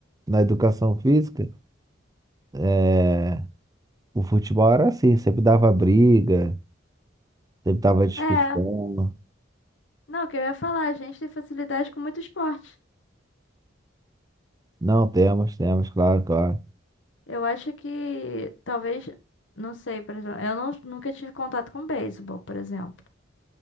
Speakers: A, on the right; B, on the left.
A: na educação física, é. O futebol era assim, sempre dava briga, sempre dava discussão.
B: É, não, o que eu ia falar, a gente tem facilidade com muito esporte.
A: Não, temos, temos, claro, claro.
B: Eu acho que talvez, não sei, por exemplo, eu não, nunca tive contato com beisebol, por exemplo.